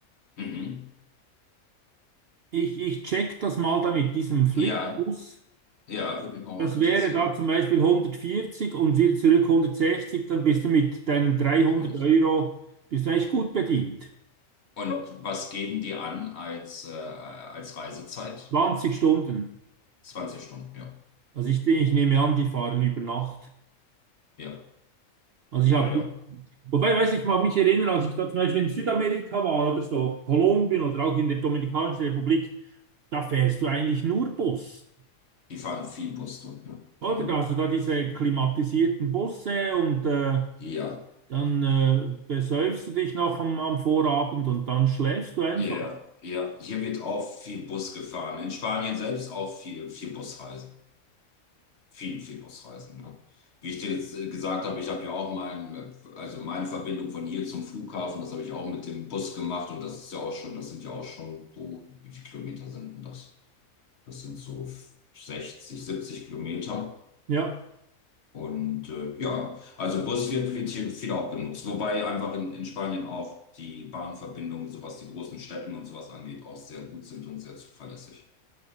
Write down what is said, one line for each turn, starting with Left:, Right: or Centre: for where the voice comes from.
Left: Mhm.
Right: Ich, ich check das mal da mit diesem Flixbus.
Left: Ja, ja, würde mich mal auch
Right: Das
Left: interessieren.
Right: wäre da zum Beispiel 140 und wieder zurück 160, dann bist du mit deinen 300
Left: Und,
Right: Euro, bist du eigentlich gut bedient.
Left: und was geben die an als, äh, als Reisezeit?
Right: 20 Stunden.
Left: 20 Stunden, ja.
Right: Also
Left: Hm.
Right: ich, ich nehme an, die fahren über Nacht.
Left: Ja,
Right: Also ich habe,
Left: ja, ja.
Right: wobei, weiß ich mag mich erinnern, als ich da zum Beispiel in Südamerika war oder so, Kolumbien oder auch in der Dominikanischen Republik, da fährst du eigentlich nur Bus.
Left: Die fahren viel Bus dort, ne?
Right: Oder?
Left: Mhm.
Right: Da hast du da diese klimatisierten Busse und äh,
Left: Ja,
Right: Dann äh, besäufst du dich noch am, am Vorabend und dann schläfst du einfach.
Left: ja, ja. Hier wird auch viel Bus gefahren. In Spanien selbst auch viel, viel Busreisen. viel, viel Busreisen. Ne? Wie ich dir jetzt äh, gesagt habe, ich habe ja auch mein, äh, also meine Verbindung von hier zum Flughafen, das habe ich auch mit dem Bus gemacht und das ist ja auch schon, das sind ja auch schon, oh, wie viele Kilometer sind denn das? Das sind so 60, 70 Kilometer.
Right: Ja,
Left: Und äh, ja, also Bus wird, wird hier viel auch genutzt. Wobei einfach in, in Spanien auch die Bahnverbindungen, so was die großen Städten und sowas angeht, auch sehr gut sind und sehr zuverlässig.